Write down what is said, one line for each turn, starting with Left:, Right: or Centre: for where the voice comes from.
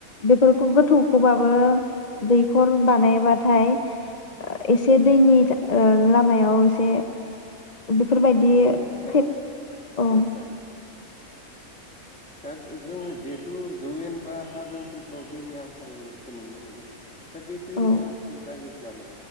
Left: बेफोरखौ गोथौखौ बाबो दैखर बानायबाथाय ओ एसे दैनि ओ लामायाव एसे बेफोरबायदि
Centre: बेनिफ्राय
Left: <unintelligible> औ
Centre: आदसा दा जोङो जिहेथु जौवेन बा हाजो ओनसोलफ्राव दैनि आंखालखौ नुनो मोनो दा बे दैनि
Left: औ
Centre: आंखाल जायो